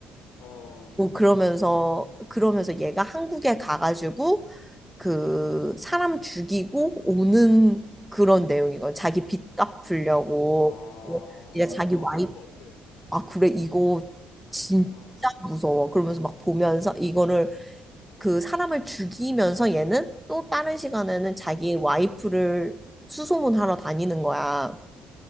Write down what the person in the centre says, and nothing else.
뭐 그러면서 그러면서 얘가 한국에 가가지고 그 사람 죽이고 오는 그런 내용이거든. 자기 빚 갚으려고
이제 자기
와이프
아 그래 이거 진짜
무서워. 그러면서 막 보면서 이거를 그 사람을 죽이면서 얘는 또 다른 시간에는 자기 와이프를 수소문하러 다니는 거야.